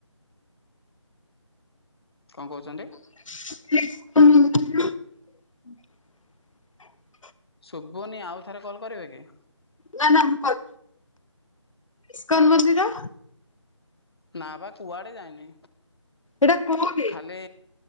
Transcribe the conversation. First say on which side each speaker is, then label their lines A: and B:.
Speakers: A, on the left; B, on the left.
A: କଣ କହୁଛନ୍ତି?
B: <unintelligible>
A: ଶୁବୁନି ଆଉ ଥରେ କଲ୍ କରିବେ କି?
B: ନା ନା <unintelligible> ଇସ୍କନ୍ ମନ୍ଦିର?
A: ନାଁ ପା କୁଆଡେ ଯାଇନି।
B: ଏଇଟା କୋଉଠି?
A: ଖାଲି